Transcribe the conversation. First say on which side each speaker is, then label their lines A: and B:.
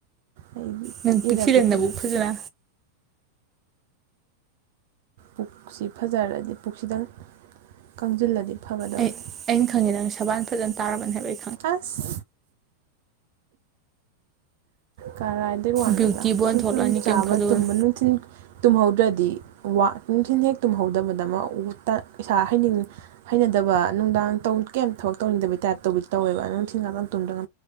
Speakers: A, on the right; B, on the right.
A: ꯑꯩꯗꯤ ꯄꯤꯛ
B: ꯅꯪ ꯄꯤꯛꯁꯤꯜꯂꯦ
A: ꯏꯔꯥ ꯄꯤꯛꯇ꯭ꯔꯥ꯫
B: ꯅꯕꯨꯛ ꯐꯖꯅ
A: ꯄꯨꯛꯁꯤ ꯐꯖꯔꯗꯤ ꯄꯨꯛꯁꯤꯗꯪ ꯀꯪꯁꯤꯜꯂꯗꯤ꯫ ꯐꯒꯗꯕꯅꯤ
B: ꯑꯩ ꯑꯩꯅ ꯈꯪꯉꯦ ꯅꯪ ꯁꯕꯥꯜ ꯐꯖꯅ ꯇꯥꯔꯕꯅꯤ ꯍꯥꯏꯕꯒꯤ꯫
A: ꯑꯁ ꯀꯔꯥꯏꯗꯒꯤ ꯋꯥꯅꯣꯗ
B: ꯕ꯭ꯌꯨꯇꯤ ꯕꯣꯟ
A: ꯁꯨꯝ
B: ꯊꯣꯛꯂꯛꯑꯅꯤ
A: ꯁꯨꯝ ꯆꯥꯕ
B: ꯀꯩꯝ ꯈꯜꯂꯨꯒꯅꯨ
A: ꯇꯨꯝꯕ ꯅꯨꯡꯊꯤꯟ ꯇꯨꯝꯍꯧꯗ꯭ꯔꯗꯤ ꯋꯥ ꯅꯨꯡꯊꯤꯟ ꯍꯦꯛ ꯇꯨꯝꯍꯧꯗꯕꯗꯃꯛ ꯏꯁꯩꯥ ꯍꯅꯤꯡ ꯍꯩꯅ꯫ ꯗꯕ ꯅꯨꯡꯗꯥꯡ ꯀꯝ ꯊꯕꯛ ꯇꯧꯅꯤꯡꯗꯕ ꯇꯥꯏꯞꯇꯧꯕ ꯇꯧꯋꯦꯕ ꯅꯨꯡꯊꯤꯟ ꯉꯥꯛꯇꯨꯝ ꯉꯝꯦ